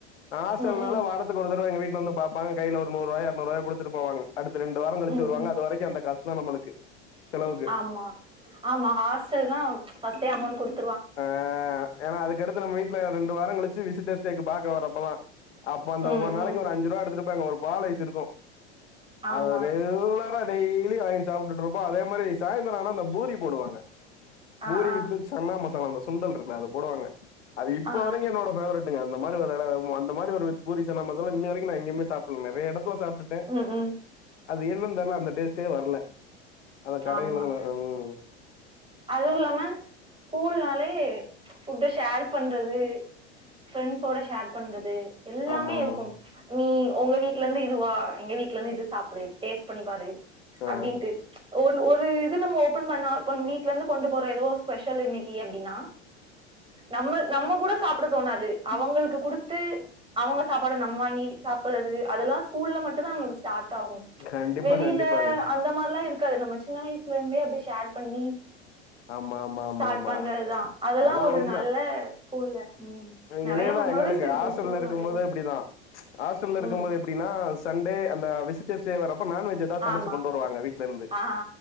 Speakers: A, on the left (about 85°); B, on the right (about 15°).
A: ஹாஸ்டல்ல
B: ம்
A: நாள
B: ம்
A: வரத்துக்கு ஓரு தடவ வீட்டுல வந்து பாப்பாங் கையில ஒரு நூறுவா இரநூறு ரூபா குடுத்துட்டு போவாங்க அடுத்து ரெண்டு வாரம் கழிச்சு
B: ம்
A: வருவாங்க
B: ம்
A: அது வரைக்கு அந்த காசு தா நம்மளுக்கு செலவுக்கு
B: ஆமா ஆமா ஹாஸ்டல்னா ஃபஸ்ட்டை அமௌன்ட் கொடுத்
A: ஆ ஏன்னா அதுக்கடுத்து நம்ம வீட்டுல ரெண்டு வாரம் கழிச்சு விசிட்டர் ஸ்டேக்கு பாக்க வரப்பதா அப்ப அந்த
B: ம்
A: ஒவ்வொரு நாளைக்கு
B: ம்
A: ஒரு அஞ்சு ரூபா எடுத்துப்பாங்க ஒரு பால் இருக்கு
B: ஆமா
A: அத ரெகுலரா டெய்லி வாங்கி சாப்பிட்டு இருப்போ அதே மாரி சாயந்தரம் ஆனா அந்த பூரி போடுவாங்க
B: ஆ
A: பூரிக்கு
B: ஆ
A: விற்று சன்னா மசாலா அந்த சுண்டல் இருக்கு அது போடுவாங்க அது இப்ப
B: ஆ ஆ
A: வரைக்கும் என்னோட ஃபேவரட் அந்த மாரி ஒரு இடம் அந்த மாரி ஒரு பூரி சன்னா மசாலா இன்ன வரைக்கு எங்கயு சாப்டது இல்லா என்னா நிறைய இடத்து சாப்பட்டுகே இல்ல
B: ம் ம்
A: அது என்னன் தெர்ல அந்த டேஸ்டே வர்ல அந்த கடைல
B: ஆமா
A: தா வரு ம்
B: அதுவு இல்லாம ஸ்கூல்னாலே ஃபுட்ட ஷேர் பண்றது ஃப்ரெண்ட்ஸோட ஷேர் பண்றது எல்லாமே
A: ஆமா ஆமா
B: இருக்கும் நீ உங்க வீட்லந்து இதுவா எங்க வீட்லந்து இது சாப்புடு டேட்ஸ்ட் பண்ணிப்பாரு
A: ஆ
B: அப்டின்ட்டு ஒன் ஒரு இது நம்ம ஓபன் பண்ணா வீட் ட்லந்து கொண்டு போற எதோ ஸ்பெஷல் இன்னிக்கி அப்டினா நம்ம நம்ம கூட சாப்ட தோணாது அவங்கள்க்கு குடுத்து அவங்க சாப்பாட நம் வாங்கி சாப்பர்றது அதுவா ஸ்கூல்ல மட்டு தா நம்ளுக் ஸ்டார்ட் ஆகு
A: கண்டிப்பா
B: வெளில
A: கண்டிப்பாங்க
B: அந்த மார்லா இருக்காது நம்ம சின்ன வய்சுலந்தே அப்டி ஷேர் பண்ணி
A: ஆமா ஆமா
B: ஸ்டார்ட்
A: ஆமா ஆமா
B: பண்றதுதா அதுல்லா
A: அதா
B: ஒரு
A: உண்ம
B: நல்ல ஸ்கூல்ல ம் நெறைய
A: இதேதா
B: மெமரிஸ்
A: எங்களுக்கு
B: இருக்கு
A: ஹஸ்டல்லருக்கும்போது
B: ஸ்கூல்னாலேவு
A: இப்டிதா ஹஸ்டல்ல இருக்கும்போது
B: ம்
A: இப் ப்டினா சண்டே அந்த விசிட்டர்ஸ்சே வரறப்ப நான் வெஜ் எட்த் தா சமச்சு
B: ஆமா
A: கொண்டு வருவாங்க வீட்லந்து
B: ஆ